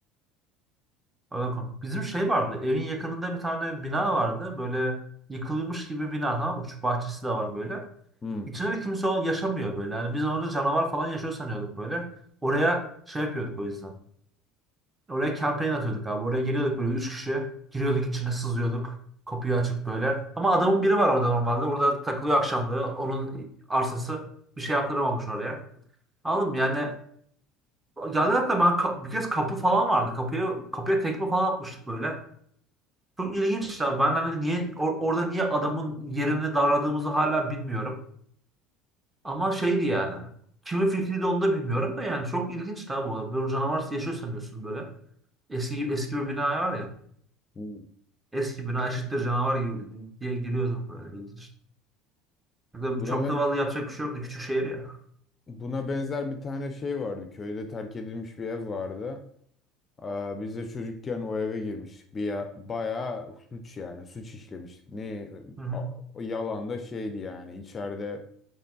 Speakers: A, on the right; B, on the left.
A: bakalım Bizim şey vardı. Evin yakınında bir tane bina vardı. Böyle yıkılmış gibi bina tamam mı? Küçük bahçesi de var böyle.
B: Hmm.
A: İçinde de kimse o- yaşamıyor böyle. Yani biz orada canavar falan yaşıyor sanıyorduk böyle. Oraya şey yapıyorduk o yüzden. Oraya kampanya atıyorduk abi. Oraya geliyorduk böyle üç kişi. Giriyorduk içine sızıyorduk. Kapıyı açıp böyle. Ama adamın biri var orada normalde. Orada takılıyor akşamları. Onun arsası bir şey yaptıramamış oraya. Aldım yani. Geldi hatta ben ka- bir kez kapı falan vardı. Kapıya, kapıya tekme falan atmıştık böyle. Çok ilginçler. Ben hani niye or- orada niye adamın yerini darladığımızı hala bilmiyorum. Ama şeydi yani. Kimin fikriydi onu da bilmiyorum da yani çok ilginç tabi bu. Böyle canavar yaşıyor sanıyorsun böyle. Eski gibi eski bir bina var ya.
B: Hmm.
A: Eski bina eşittir canavar gibi diye giriyorsun böyle ilginç. Burada
B: Buna
A: çok
B: ben
A: da vallahi yapacak bir şey yoktu. Küçük şehir ya.
B: buna benzer bir tane şey vardı. Köyde terk edilmiş bir ev vardı. Aa, biz de çocukken o eve girmiştik. Bir ya, bayağı suç yani suç işlemiştik. Ne
A: Hı hı.
B: a- o yalan da şeydi yani içeride